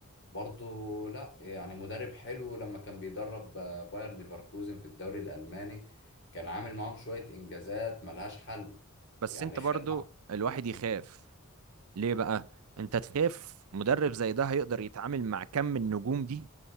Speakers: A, on the left; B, on the right.
A: برضو لا يعني مدرب حلو لما كان بيدرب آه، باير ليفركوزن في الدوري الالماني كان عامل معاهم شوية انجازات ملهاش حل
B: بس
A: يعني
B: انت برضو
A: خد مع-
B: الواحد يخاف ليه بقى انت تخاف مدرب زي ده هيقدر يتعامل مع كم من النجوم دي